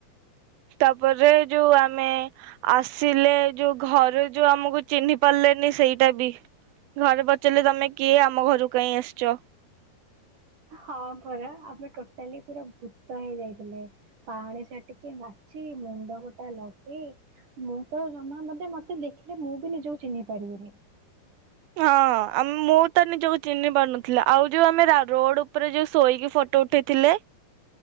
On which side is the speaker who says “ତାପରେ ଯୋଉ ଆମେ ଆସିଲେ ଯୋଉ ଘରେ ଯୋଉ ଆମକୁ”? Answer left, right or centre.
Right